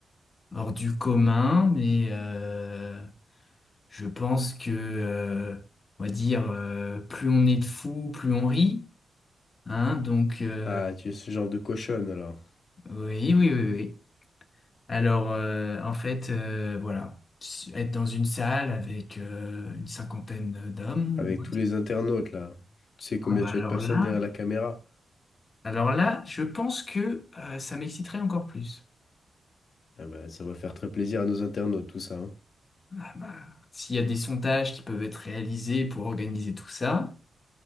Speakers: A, on the left (about 40°); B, on the left (about 55°).
A: hors du commun, mais euh, je pense que, euh, on va dire, euh, plus on est de fous, plus on rit. Hein, donc, euh,
B: Ah, tu es ce genre de cochonne alors,
A: oui, oui, oui, oui. Alors, euh, en fait, euh, voilà, être dans une salle avec euh, une cinquantaine d'hommes,
B: avec tous les internautes là. Tu sais combien
A: ah bah
B: tu
A: alors
B: as de personnes
A: là,
B: derrière la caméra?
A: alors là, je pense que euh, ça m'exciterait encore plus.
B: Ah bah, ça va faire très plaisir à nos internautes tout ça. hein.
A: Ah bah, s'il y a des sondages qui peuvent être réalisés pour organiser tout ça,